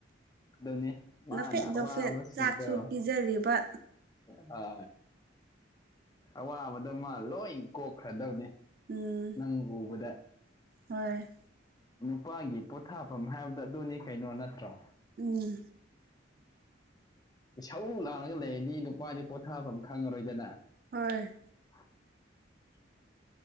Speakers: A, on the left (about 20°); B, on the right (about 50°).
A: ꯑꯗꯨꯅꯦ ꯃꯥꯅ
B: ꯅꯣꯐꯦꯠ ꯅꯣꯐꯦꯠ
A: ꯋꯥꯕꯁꯤꯗ
B: ꯆꯥꯛꯁꯨ ꯄꯤꯖꯔꯤꯕ
A: ꯍ ꯑꯋꯥꯕꯗꯣ ꯃꯥ ꯂꯣꯏ ꯀꯣꯛꯈ꯭ꯔꯗꯕꯅꯦ
B: ꯎꯝ
A: ꯅꯪ ꯎꯕꯗ
B: ꯍꯣꯏ
A: ꯅꯨꯄꯥꯒꯤ ꯄꯣꯊꯥꯐꯝ ꯍꯥꯏꯕꯗ ꯑꯗꯨꯅꯤ ꯀꯩꯅꯣ ꯅꯠꯇ꯭ꯔꯣ
B: ꯎꯝ
A: ꯁꯧ ꯂꯥꯛꯉꯒ ꯂꯩꯔꯗꯤ ꯅꯨꯄꯥꯗꯤ ꯄꯣꯊꯥꯐꯝ ꯈꯪꯉꯔꯣꯏꯗꯅ
B: ꯍꯣꯏ
A: <unintelligible>